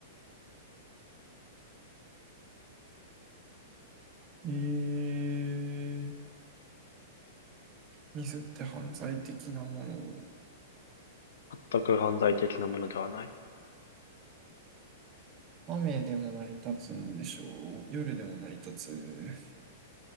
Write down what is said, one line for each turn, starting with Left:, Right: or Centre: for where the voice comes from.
Right: えー、ミスって犯罪的なもの。
Left: 全く犯罪的なものではない。
Right: 雨でも成り立つんでしょう。夜でも成り立つ。